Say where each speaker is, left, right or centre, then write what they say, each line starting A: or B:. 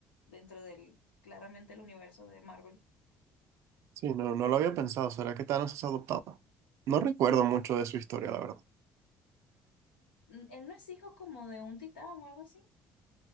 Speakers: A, on the left; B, on the right.
A: dentro del, claramente, el universo de Marvel.
B: Sí, no, no lo había pensado. ¿Será que Thanos es adoptado? No recuerdo mucho de su historia, la verdad.
A: Mm, Él no es hijo como de un titán o algo así.